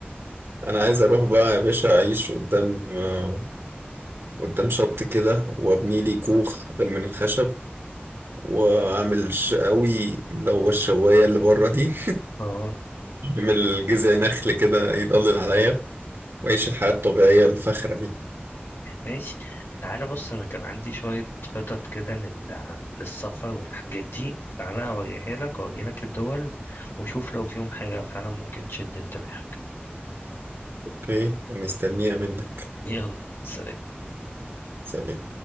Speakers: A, on the right; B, on the left.
A: انا عايز اروح بقى يا باشا اعيش قدام آه، قدام شط كده وابني لي كوخ من الخشب واعمل شقاوي اللي هو الشوايه اللي بره دي
B: اه
A: <laughs> اعمل جذع نخل كده يضلل عليا واعيش الحياه الطبيعيه الفخره دي
B: ماشي تعالى بص أنا كان عندي شوية خطط كده لل... للسفر والحاجات دي تعالى أوريها لك وأوري لك الدول وشوف لو فيهم حاجة فعلا ممكن تشد انتباهك
A: اوكي مستنيها منك
B: يلا سلام
A: سلام